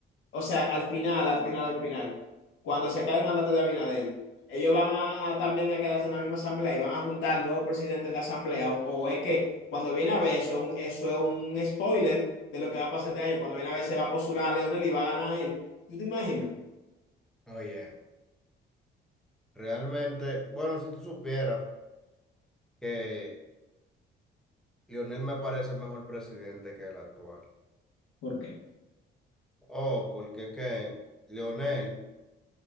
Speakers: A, on the left; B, in the centre.
A: O sea, al final, al final, al final, cuando se acabe el mandato de Abinader, ellos van a, a también a quedarse en la misma asamblea y van a juntar nuevos presidentes de la asamblea. O, o es que cuando viene a ver, eso, es un- eso es un spoiler de lo que va a pasar este año. Cuando viene a ver, se va a postular a Leonel y va a ganar él. ¿Tú te imaginas?
B: Oye, realmente, bueno, si tú supieras. que Lionel me parece mejor presidente que el actual.
A: ¿Por qué?
B: Oh, porque es que Lionel,